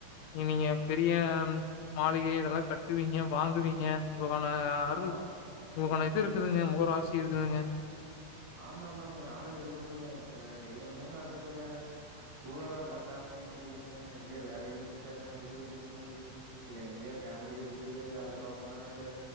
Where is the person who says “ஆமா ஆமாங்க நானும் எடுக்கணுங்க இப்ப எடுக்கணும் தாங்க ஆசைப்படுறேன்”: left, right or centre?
Right